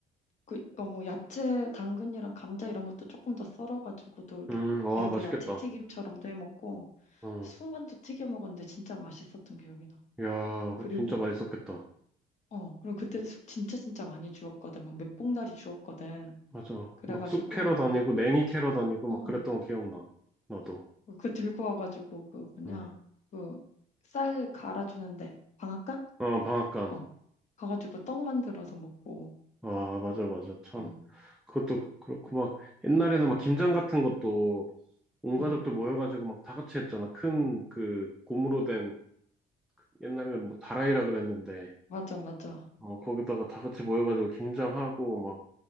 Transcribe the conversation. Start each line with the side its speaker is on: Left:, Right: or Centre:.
Left: 그, 어, 뭐 야채 당근이랑 감자 이런 것도 조금 더 썰어가지고도 이렇게
Centre: 음, 와,
Left: 해서
Centre: 맛있겠다.
Left: 야채 튀김처럼도 해 먹고
Centre: 어,
Left: 쑥만두 튀겨 먹었는데 진짜 맛있었던 기억이 나.
Centre: 야, 그
Left: 그리고
Centre: 진짜 맛있었겠다.
Left: 어, 그리고 그때 숙 진짜 진짜 많이 주웠거든. 막 몇 봉다리 주웠거든.
Centre: 맞아.
Left: 그래가지고,
Centre: 막 숲 캐러 다니고 냉이 캐러 다니고
Left: 어,
Centre: 막 그랬던 거 기억나. 나도.
Left: 그 들고 와가지고, 그 뭐냐,
Centre: 응.
Left: 그 쌀 갈아주는데, 방앗간?
Centre: 어, 방앗간.
Left: 어, 가가지고 떡 만들어서 먹고,
Centre: 아, 맞아, 맞아. 참.
Left: 응,
Centre: 그것도 그렇고 막 옛날에는 막 김장 같은 것도 온 가족들
Left: 응,
Centre: 모여가지고 막 다 같이 했잖아. 큰 그 고무로 된 옛날에는 뭐 다라이라 그랬는데
Left: 맞아, 맞아,
Centre: 어, 거기다가 다 같이 모여가지고 김장하고 막